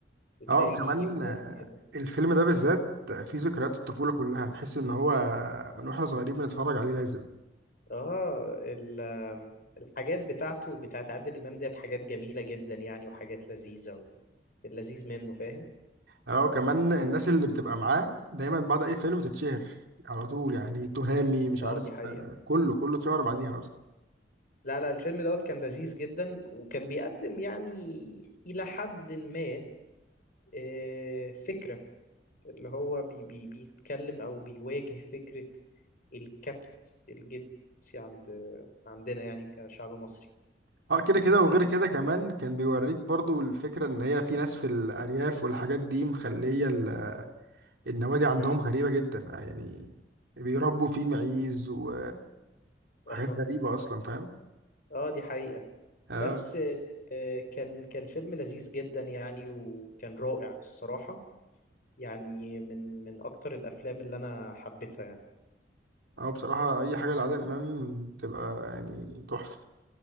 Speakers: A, on the left; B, on the right.
A: وتلاقيه
B: اه وكمان
A: بيجيب
B: آه،
A: ناس كده
B: الفيلم ده بالذات فيه ذكريات الطفوله كلها تحس ان هو من واحنا صغيرين بنتفرج عليه لازم
A: اه ال- آم، الحاجات بتاعته بتاعت عادل امام ديت حاجات جميله جدا يعني وحاجات لذيذه و... اللذيذ منه فاهم
B: اه كمان الناس اللي بتبقى معاه دايما بعد اي فيلم تتشهر على طول يعني تهامي مش
A: اه
B: عارف
A: دي حقيقة
B: آه، كله كله اتشهر بعديها اصلا
A: لا لا الفيلم دوت كان لذيذ جدا وكان بيقدم يعني إلى حد ما آه، فكرة اللي هو بي بي بيتكلم أو بيواجه فكرة الكبت الجنسي عند عندنا يعني كشعب مصري
B: اه كده كده وغير كده كمان كان بيوريك برضو الفكرة ان هي في ناس في الارياف والحاجات دي مخلية ال- النوادي عندهم
A: مم.
B: غريبة جدا يعني بيربوا فيه معيز و-
A: <laughs>
B: وحاجات غريبة
A: اه
B: اصلا فاهم
A: اه دي حقيقة
B: اه
A: بس آه، كان كان فيلم لذيذ جدا يعني وكان رائع الصراحة يعني من من أكتر الأفلام اللي أنا حبيتها يعني
B: اه بصراحة اي حاجة لعادل امام بتبقى يعني تحفة